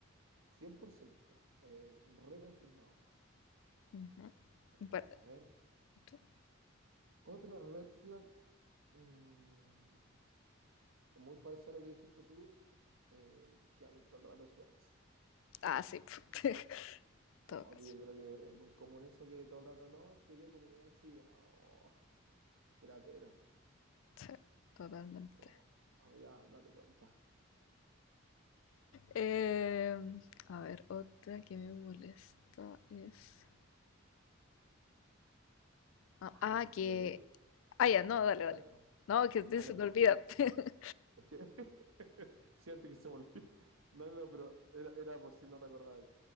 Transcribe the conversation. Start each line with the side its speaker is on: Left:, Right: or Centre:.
Right: 100%, eh, reconfirmado.
Left: Ujú.
Right: Eh,
Left: Bueno,
Right: y a ver,
Left: tú-
Right: otra red flag. mm, muy parecido a lo que dijiste tú, eh, que hablan todo el rato de su ex.
Left: ah, sí. <laughs>
Right: O
Left: Todo caso.
Right: que yo creo que es muy común eso que todo el rato no, es que yo con mi ex y oh, qué latero.
Left: Sí, totalmente.
Right: Es como, amiga, date cuenta.
Left: Em, a ver, otra que me molesta es... Ah,
Right: Ay,
Left: ah,
Right: mira,
Left: que...
Right: yo tengo.
Left: Ah, ya, no, dale,
Right: Dale,
Left: dale.
Right: no.
Left: No, que
Right: Ah,
Left: se
Right: no, es
Left: te
Right: que,
Left: olvida.
Right: por- por-
Left: <laughs>
Right: es que <laughs> siento que se me olvidó. No, no, no, pero era, era por si no te acordabas.